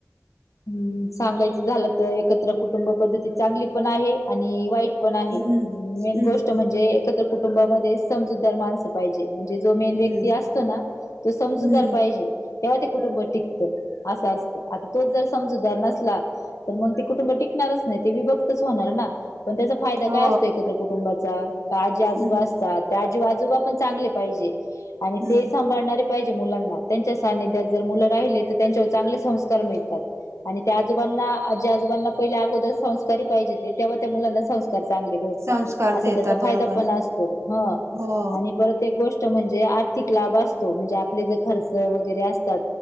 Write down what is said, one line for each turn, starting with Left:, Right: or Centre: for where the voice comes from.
Left: हम्म सांगायचं झालं तर एकत्र कुटुंब पद्धती चांगली पण आहे आणि वाईट पण आहे
Right: हम्म
Left: मेन
Right: हम्म
Left: गोष्ट म्हंजे एकत्र कुटुंबामध्ये समजूतदार माणसं पाईजे. म्हंजे जो मेन
Right: हम्म
Left: व्यक्ती असतो ना तो समजुदार
Right: हम्म
Left: पाईजे. तेंव्हा ते कुटुंब टिकतं असं असतं आता तोच जर समजूदार नस ला तर मग ते कुटुंब टिकणारच नाइ ते विभक्तच होणारना. पन त्याचा फायदा
Right: हो
Left: काय असतो एकत्र कुटुंबाचा का आजी आजोबा
Right: हम्म
Left: असतात त्या जी आजोबा पण चांगले पाईजे आणि
Right: हम्म
Left: ते सांभाळणारे पाइजे मुलांना त्यांच्या सानिध्यात जर मुलं राहिले तर त्यांच्यावर चांगले संस्कार मिळ तात आणि त्या आजोबांना आजी आजोबांना पहिल्या अगोदर संस्कारी पाहिजेत ते तेव्हा त्या मुलांना संस् कार चांगले भेटता
Right: संस्कार
Left: अस
Right: देतात
Left: त्याचा
Right: बरोबर
Left: फायदा पण असतो हं
Right: हो
Left: आणि परत एक गोष्ट ष्ट म्हंजे आर्थिक लाभ असतो म्हंजे आपले जे खर्च वगैरे असतात